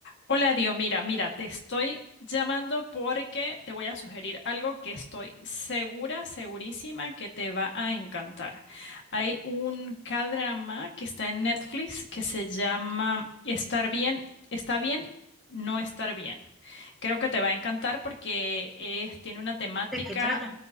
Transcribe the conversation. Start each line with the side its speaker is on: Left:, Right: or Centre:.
Left: Hola, Dio, mira, mira, te estoy llamando porque te voy a sugerir algo que estoy segura, segurísima que te va a encantar. Hay un k que está en Netflix que se llama Estar bien, está bien, no estar bien. Creo que te va a encantar porque es- tiene una temática,
Centre: ¿De qué trata?